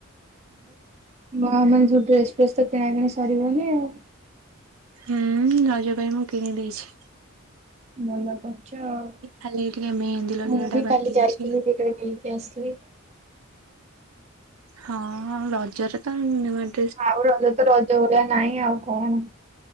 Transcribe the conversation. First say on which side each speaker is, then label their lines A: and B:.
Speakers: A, on the right (about 30°); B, on the right (about 85°).
A: ଆଉ ମାନେ ଯୋଉ ଡ୍ରେସ ଫ୍ରେସ୍ ତ କିଣା କିିଣା ସରିବନି ଆଉ।
B: ହୁଁ ରଜ ପାଇଁ ମୁଁ କିଣିଦେଇଚି।
A: ଭଲ କରୁଚ ଆଉ।
B: ଖାଲି ଟିକେ ମେହେନ୍ଦୀ ଲଗେଇବାଟା
A: ମୁଁ ବି
B: ବାକି
A: କାଲି ଯାଇଥିଲି
B: ଅଛି।
A: <unintelligible> ନେଇକି ଆସଥିଲି।
B: ହଁ ରଜରେ ତ ନ
A: ଆଉ ରଜ ତ ରଜ ଭଳିଆ ନାହିଁ ଆଉ କଣ